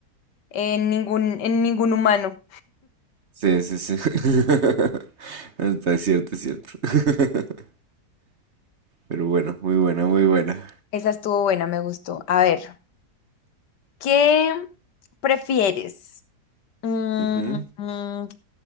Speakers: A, on the left; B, on the right.
A: en ningún, en ningún humano.
B: Sí, sí, sí. <laughs> Está es cierto, es cierto. <laughs> Pero bueno, muy buena, muy buena.
A: Esa estuvo buena, me gustó. A ver, ¿qué prefieres? Mm,
B: Ujú.
A: mm,